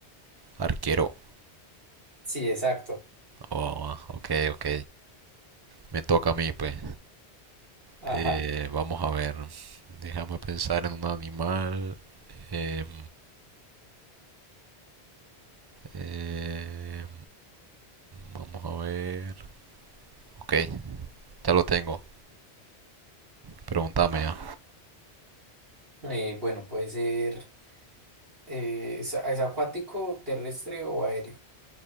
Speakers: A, on the right (about 35°); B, on the right (about 60°).
A: arquero.
B: Sí, exacto.
A: Oh, ok, ok. Me toca a mí, pues.
B: Ajá.
A: Eh, vamos a ver. Déjame pensar en un animal. Em, eh, vamos a ver. Ok, ya lo tengo. Pregúntame.
B: Eh, bueno, puede ser, eh, es es acuático, terrestre o aéreo.